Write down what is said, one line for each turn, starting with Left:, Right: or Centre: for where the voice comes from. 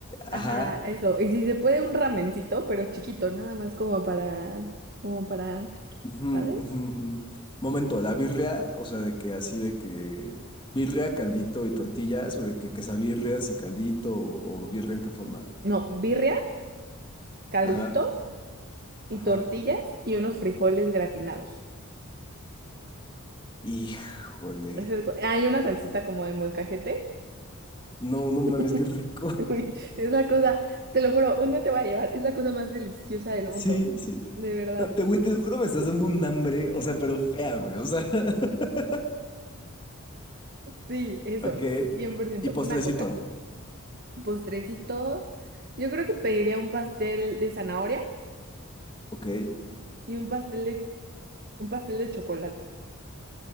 Right: Ajá,
Left: ajá.
Right: eso. Y si se puede un ramencito, pero chiquito, nada más como para, como para,
Left: Ujú,
Right: ¿sabes?
Left: ujú, ujú. Momento, la birria, o sea, de que así de que birria, caldito y tortillas, o de que quesabirrias y caldito, o, o birria en qué forma.
Right: No, birria, caldito
Left: Ajá,
Right: y
Left: ajá.
Right: tortillas y unos frijoles gratinados.
Left: Híjole.
Right: Es el co- Hay una salsita como de molcajete.
Left: No, no
Right: <laughs>
Left: mames, qué rico.
Right: Güey, Es la cosa, te lo juro, un día te voy a llevar, es la cosa más deliciosa del
Left: Sí,
Right: mundo.
Left: sí.
Right: De verdad.
Left: No, te, güey, te lo juro, me estás dando un hambre, o sea, pero fea, güey, o sea. <laughs>
Right: Sí, eso,
Left: Ok.
Right: cien por ciento
Left: Y postrecito.
Right: Una coca. Postrecito. Yo creo que pediría un pastel de zanahoria
Left: Ok.
Right: y un pastel de, un pastel de chocolate.